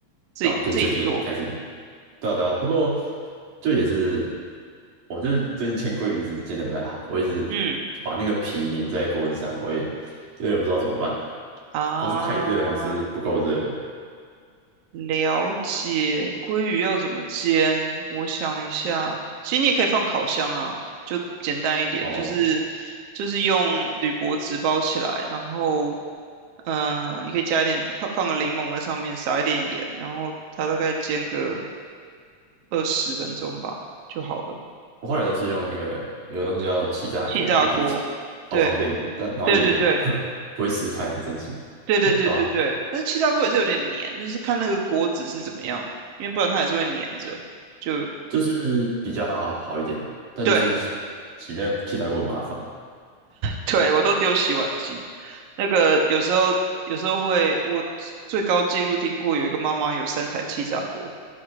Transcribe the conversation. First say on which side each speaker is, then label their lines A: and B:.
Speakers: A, on the right; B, on the right.
A: 自己自己做。
B: 对啊，就是最近开始。对啊对啊，不过就也是，我就是最近煎鲑鱼一直煎的不太好，我一直
A: 嗯
B: 就把那个皮粘在锅子上，我也有点不知道怎么办，
A: 啊，
B: 不知道是太热还是不够热
A: 了解。鲑鱼要怎么煎？我想一下，其实你也可以放烤箱啊，就简单一点，
B: 哦。
A: 就是就是用铝箔纸包起来，然后嗯、呃你可以加一点放放个柠檬在上面，撒一点盐，然后它大概煎个。二十分钟吧就好了。
B: 我后来都是用那个有个东西叫气炸锅，
A: 气炸锅，
B: 它就是超方便的，
A: 对
B: 但然后也
A: 对对对
B: <laughs> 不会失败，很神奇，
A: 对对对对对，
B: 哦对啊，
A: 但是气炸锅也是有点黏，就是看那个锅子是怎么样，因为不然它还是会黏着。就
B: 就是比较好一点，但就是
A: 对
B: 洗那个气炸锅很麻烦
A: 对，我都丢洗碗机。那个有时候有时候会，我最高纪录听过有一个妈妈有三台气炸锅。